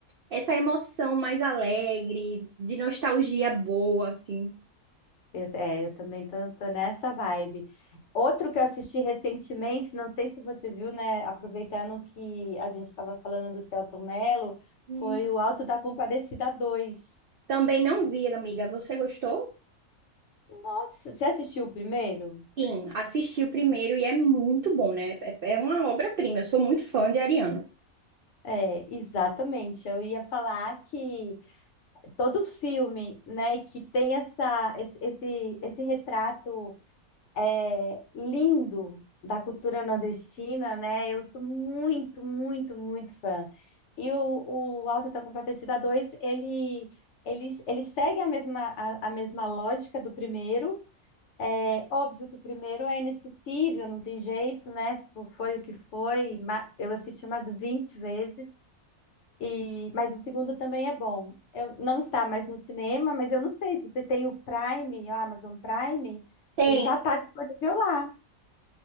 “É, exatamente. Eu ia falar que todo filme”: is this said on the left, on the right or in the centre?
Left